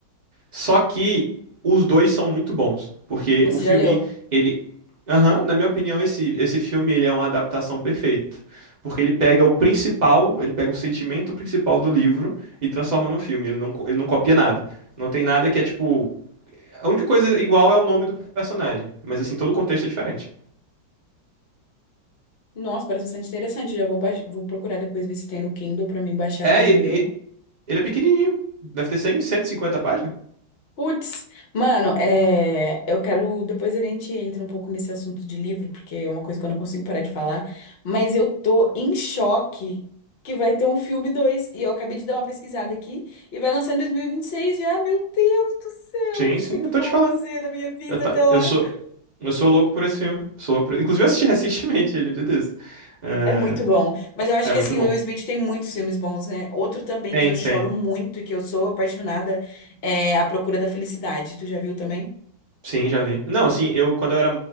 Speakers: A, on the right; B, on the left.
A: Só que os dois são muito bons, porque
B: Você
A: o filme
B: já leu?
A: ele, aham, na minha opinião esse esse filme ele é uma adaptação perfeita, porque ele pega o principal, ele pega o sentimento principal do livro e transforma no filme. Ele não co- ele não copia nada. Não tem nada que é tipo A única coisa igual é o nome do personagem, mas assim, todo o contexto é diferente.
B: Nossa, parece bastante interessante. Já vou, baix- vou procurar depois ver se tem no Kindle pra mim baixar
A: É,
B: aqui no
A: e-
B: meu.
A: e- ele é pequenininho. Deve ter 100, 150 páginas.
B: Putz, mano, é, eu quero. Depois a gente entra um pouco nesse assunto de livro, porque é uma coisa que eu não consigo parar de falar. Mas eu tô em choque que vai ter um filme dois E eu acabei de dar uma pesquisada aqui e vai lançar em 2026 já. Meu Deus do céu,
A: Sim,
B: eu não
A: sim,
B: sei o
A: eu
B: que
A: tô
B: que eu
A: te
B: vou
A: falando.
B: fazer da minha vida
A: Eu, tá,
B: até lá.
A: eu sou eu sou louco por esse filme. Sou louco por... Inclusive, eu assisti <laughs> recentemente ele um dia desse. Eh,
B: É muito bom. Mas eu acho
A: É,
B: que
A: muito
B: assim,
A: bom.
B: o Will Smith tem muitos filmes bons, né? Outro também
A: Tem,
B: que eu choro
A: tem.
B: muito e que eu sou apaixonada é A Procura da Felicidade. Tu já viu também?
A: Sim, já vi. Não, assim, eu quando eu era